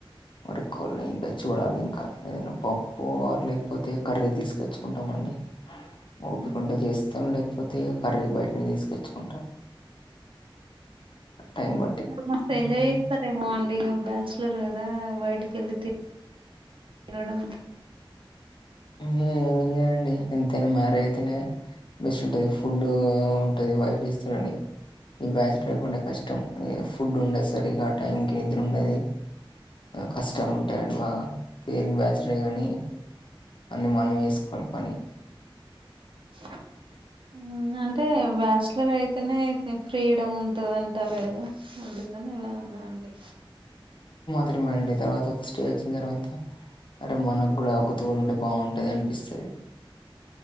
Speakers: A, on the left; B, on the right.
A: మడుక్కోవాలని ఇంకా చూడాలి ఇంకా ఏదనా పప్పు లేకపోతే కర్రీ తీసుకొచ్చుకుంటామ అండి
B: హ్మ్.
A: ఓపిక ఉంటే చేస్తా మొత్తం లేకపోతే ఇక కర్రలు బయట తీసుకొచ్చుకుంటారు టైం బట్టి
B: మస్తు
A: మ్మ్
B: ఎంజాయ్ చేస్తారేమో అండి ఈగ బ్యాచ్ ఇస్తారు కదా బయట తెలియదు తినడం
A: ఉ హు ఏఅండీ ఎంతైనా మ్యారేజ్ అయితేనే బెస్ట్ ఉంటంది ఫుడ్ ఉంటది వైఫ్ ఇస్తది ఈ బ్యాచ్లర్ లైఫ్ అంటే కష్టం ఫుడ్ ఉండదు సరిగా టైం కి నిద్ర ఉండది కష్టాలు ఉంటాయిండి బాగా పేరుకి బ్యాచ్లర్ కాని అన్ని మనం చేసుకోవాలి పని
B: కప్ప సౌండ్ అవునంటే బ్యాచలర్ అయితే అనే అయితే ఫ్రీడమ్ ఉంటది అంటారు కదా అందుకని ఇలా అన్నా అండి
A: ఫ్రిడమే అండి తర్వాత ఒక స్టేజ్ వచ్చిన తర్వాత అరే మనకు కూడా ఒకతోడు ఉంటే బాగుంటది అనిపిస్తుంది